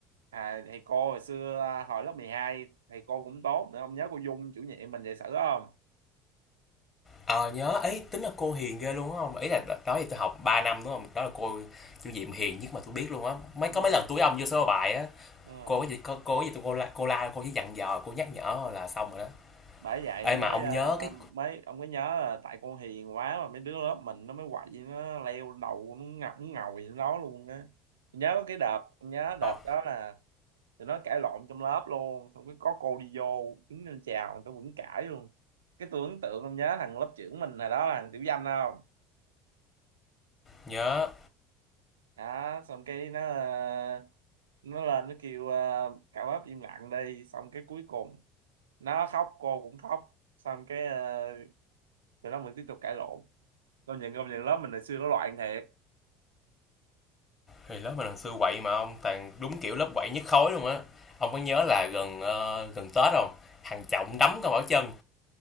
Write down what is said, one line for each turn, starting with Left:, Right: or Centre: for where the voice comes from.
Right: À, thầy cô hồi xưa à, hồi lớp 12 thầy cô cũng tốt nữa ông nhớ cô Dung chủ nhiệm mình dạy sử không?
Left: Ờ nhớ ấy tính là cô hiền ghê luôn đúng không? Ý là đợt đó thì tôi học 3 năm đúng không? Đó là cô chủ nhiệm hiền nhất mà tôi biết luôn á. Mấy
Right: Đúng
Left: có mấy
Right: rồi,
Left: lần tôi với ông vô sơ bài á,
Right: đúng rồi.
Left: cô có gì cô, cô có gì tôi cô la, cô la cô chỉ dặn dò, cô nhắc nhở là xong rồi đó.
Right: bởi vậy
Left: Ê
Right: mới
Left: mà ông
Right: ờ,
Left: nhớ cái
Right: mới ông mới nhớ là tại con hiền quá mà mấy đứa lớp mình nó mới quậy nó leo đầu nó ngọc nó ngồi nó nói luôn á nhớ cái đợt nhớ đợt
Left: Ờ,
Right: đó là tụi nó cãi lộn trong lớp luôn xong cái có cô đi vô đứng lên chào tao vẫn cãi luôn cái tôi ấn tượng ông nhớ thằng lớp trưởng mình hồi đó thằng Tiểu Danh không
Left: nhớ
Right: đó xong cái nó ờ, nó lên nó kêu ờ, cả lớp im lặng đi xong cái cuối cùng nó khóc cô cũng khóc xong cái ờ, tụi nó vẫn tiếp tục cãi lộn công nhận công nhận lớp mình hồi xưa nó loạn thiệt
Left: thì lớp mình hồi xưa quậy mà ông toàn đúng kiểu lớp quậy nhất khối luôn á. Ông có nhớ là gần ờ, gần Tết không? Thằng Trọng đấm con Bảo Trân